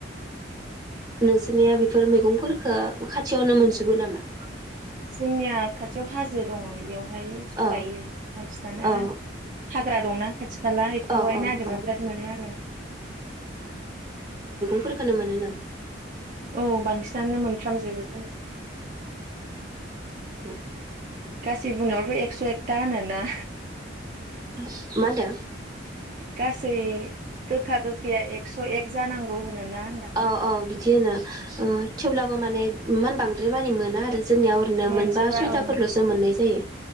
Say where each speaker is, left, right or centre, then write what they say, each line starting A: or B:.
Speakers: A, on the right; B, on the right.
A: नोंसोरनिया बेफोर मैगंफोरखो खाथियावनो मोनजोबो नामा?
B: जोंनिया खाथियाव हाज जे दङ इयाव हायेस
A: औ
B: लायो बांसिनानो आरो
A: औ
B: फोरा दंना। आथि खाला इफोरावहाय
A: औ औ
B: नागिरबा
A: औ
B: बिराद मोनो आरो।
A: फोरखौनो मोनो नामा
B: औ बांसिनानो मोनफ्रामजोबो जोंनिथिं।
A: उम।
B: गासै बुंनायावथ' एकस' एकथा होनोना।
A: मा होनदों।
B: गासै गोखा गोखैया एकस' एक जानांगौ। होनोना होनदां
A: औ औ बिदि होनो ओ थेवब्ला बो माने इमान बांद्राय मानि मोना आरो जोंनियाव ओरैनो
B: मोनजोबा
A: मोनबा सयथाफोरल'सो
B: औ
A: मोननाय जायो।